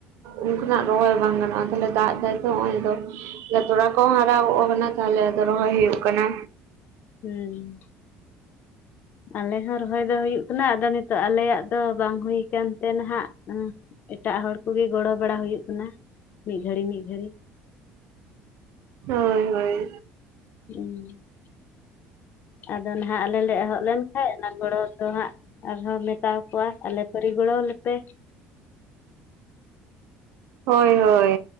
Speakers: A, on the right; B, on the left.
A: ᱩᱱᱠᱟᱱᱟᱜ ᱨᱚᱦᱚᱭ ᱵᱟᱝ ᱜᱟᱱᱚᱜᱼᱟ ᱛᱟᱦᱞᱮ ᱫᱟᱜ ᱫᱟᱭ ᱛᱚ ᱦᱚᱸᱜᱼᱚᱭ ᱛᱚ ᱞᱮᱛᱚᱲᱟ᱾ ᱠᱚ ᱦᱟᱨᱟ ᱜᱚᱜ ᱠᱟᱱᱟ ᱛᱟᱦᱞᱮ ᱟᱫᱚ ᱨᱚᱦᱚᱭ ᱦᱩᱭᱩᱜ ᱠᱟᱱᱟ᱾
B: ᱦᱩᱸ ᱟᱞᱮ ᱦᱚᱸ ᱨᱚᱦᱚᱭ ᱫᱚ ᱦᱩᱭᱩᱜ ᱠᱟᱱᱟ ᱟᱫᱚ ᱱᱤᱛᱚᱜ ᱟᱞᱮᱭᱟᱜ ᱫᱚ ᱵᱟᱝ ᱦᱩᱭ ᱠᱟᱱᱛᱮ ᱱᱟᱦᱟᱸᱜ ᱮᱸ ᱮᱴᱟᱜ ᱦᱚᱲ ᱠᱚᱜᱤ ᱜᱚᱲᱚ ᱵᱟᱲᱟ ᱦᱩᱭᱩᱜ ᱠᱟᱱᱟ ᱢᱤᱫ ᱜᱷᱟᱲᱤ ᱢᱤᱫ ᱜᱷᱟᱲᱤ
A: ᱦᱳᱭ ᱦᱳᱭ᱾
B: ᱦᱩ ᱦᱩᱸ <unintelligible> ᱟᱫᱚ ᱱᱟᱦᱟᱸᱜ ᱟᱞᱮ ᱞᱮ ᱮᱦᱚᱵ ᱞᱮᱱ ᱠᱷᱟᱡ ᱚᱱᱟ ᱜᱚᱲᱚ ᱫᱚ ᱦᱟᱸᱜ ᱟᱨᱦᱚᱸ ᱢᱮᱛᱟᱣ ᱠᱚᱣᱟ ᱟᱞᱮ ᱯᱟᱨᱤ ᱜᱚᱲᱚᱣ ᱞᱮᱯᱮ
A: ᱦᱳᱭ ᱦᱳᱭ᱾